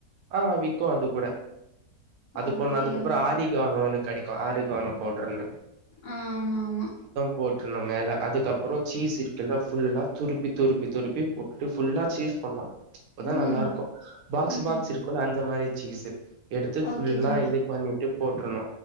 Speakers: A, on the right; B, on the left.
A: ஆ விக்கு அது கூட அது
B: அப்டியா
A: போட்ணு அதுக்கப்புறோ ஆரிகானோனு கெடைக்கு ஆரிகானோ பவுடர்னு
B: ஆ ஆமாம்மா
A: போட்ருணு மேலே அதுக்கப்புறோ சீஸ் இருக்குல்ல ஃபுல்லா துருப்பி துருப்பி துருப்பி போட்டுட்டு ஃபுல்லா சீஸ் போட்லா அப்பதா
B: ம்
A: நல்லா இருக்கு பாக்ஸ்
B: ம்
A: பாக்ஸ் இரு குல்ல அந்த மாரி சீஸ்சு எடுத்து ஃபுல்லா
B: ஓகே தோழா
A: இது பண்ணிட்டு போட்ருணு